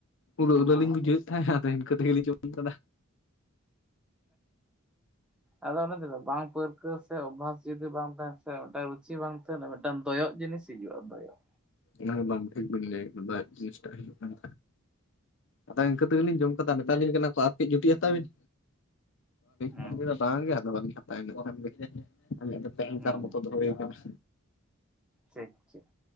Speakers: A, on the left (about 60°); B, in the centre.
A: ᱩᱞᱟᱹ
B: ᱦᱩᱸ
A: ᱩᱞᱟᱹ ᱞᱤᱧ ᱵᱩᱡᱷᱟᱹᱣ ᱮᱫ ᱛᱟᱦᱮᱸᱫ ᱟᱫᱚ ᱤᱱᱠᱟᱹ ᱛᱮᱜᱮᱞᱤᱧ ᱡᱚᱢ ᱠᱟᱫᱟ
B: ᱟᱫᱚ ᱚᱱᱟ ᱛᱮᱫᱚ ᱵᱟᱝ ᱯᱟᱹᱨᱠᱟᱹ ᱥᱮ ᱚᱵᱷᱟᱥ ᱡᱩᱫᱤ ᱵᱟᱝ ᱛᱟᱦᱮᱱ ᱥᱮ ᱢᱤᱫ ᱴᱟᱝ ᱨᱩᱪᱤ ᱵᱟᱝ ᱛᱟᱦᱮᱱᱟ ᱢᱤᱫ ᱴᱟᱝ ᱫᱚᱭᱚᱜ ᱡᱤᱱᱤᱥ ᱦᱤᱡᱩᱜᱼᱟ ᱫᱚᱭᱚᱜ
A: ᱚᱱᱟ ᱵᱟᱢ ᱴᱷᱤᱠ ᱵᱤᱱ ᱞᱟᱹᱭ ᱫᱚ ᱡᱤᱱᱤᱥᱴᱟ ᱦᱩᱭᱩᱜ ᱠᱟᱱ ᱟᱫᱚ ᱤᱱᱠᱟᱹ ᱛᱮᱜᱮᱞᱤᱧ ᱡᱚᱢ ᱠᱟᱫᱟ ᱢᱮᱮᱛᱟᱞᱤᱧ ᱠᱟᱱᱟ ᱠᱚ ᱟᱨᱠᱮᱡ ᱡᱩᱴᱤᱡ ᱦᱟᱛᱟᱣ ᱵᱤᱱ
B: ᱦᱩᱸ
A: <inaudible> ᱵᱟᱝᱜᱮ ᱟᱫᱚ ᱵᱟᱹᱞᱤᱧ ᱦᱟᱛᱟᱭᱟ ᱟᱹᱧᱤᱞ ᱠᱷᱟᱱᱜᱮ <unintelligible> ᱛᱮᱦᱮᱧ
B: ᱦᱩᱸ
A: ᱠᱟᱨ ᱢᱚᱛᱚ ᱫᱚ ᱦᱩᱭ ᱱᱟᱥ᱾
B: ᱴᱷᱤᱠ ᱴᱷᱤᱠ